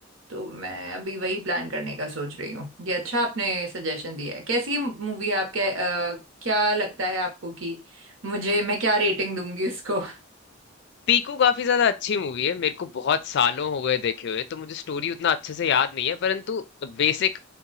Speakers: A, on the right; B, on the left.
A: तो मैं अभी वही प्लान करने का सोच रही हूँ ये अच्छा आपने सजेशन दिया है कैसी मूवी है आपके अ, क्या लगता है आपको कि मुझे मैं क्या रेटिंग दूंगी इसको <laughs>
B: पीकू काफी ज्यादा अच्छी मूवी है मेरे को बहुत सालों हो गए देखे हुए तो मुझे स्टोरी उतना अच्छे से याद नहीं है परंतु बेसिक